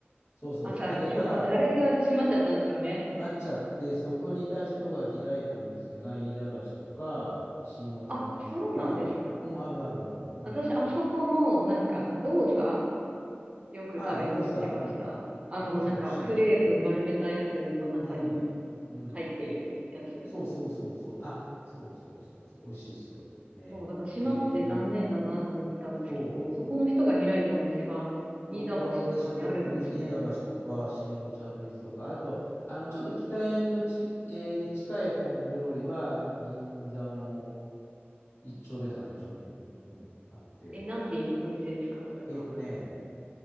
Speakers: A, on the left; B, on the right.
A: そうそうそう。
B: あ、さ、
A: あれが、
B: 今日ば、あれが閉まっちゃったんですよね。
A: なっちゃって、そこにいた人が開いた店が、飯田橋とか、新御茶の水とか、
B: あ、そうなんですか。
A: うん、あるあるある。うん。
B: 私、あそこの、なんか、動作よく食べに行ってました。
A: はい、動作、うん。
B: あの、
A: 動作美味しい。
B: なんか、クレープ丸めたやつの中に
A: うん。うん。
B: 入ってるやつ。
A: そうそうそうそう。あ、そうそうそうそう。美味しいですよ。ね。
B: そう、だから閉まって残念だなと思ってたんですけど、
A: で、東、そう。
B: そこの人が開いたお店が、飯田橋とかにあるんですね。
A: そこに所属、飯田橋とか、新お茶の水とか、あと、あの、ちょっと北インドち、えーに近い方の料理は、銀座の1丁目だか2丁目に、うんあって。
B: え、なんていうお店ですか、それは。
A: えっとね、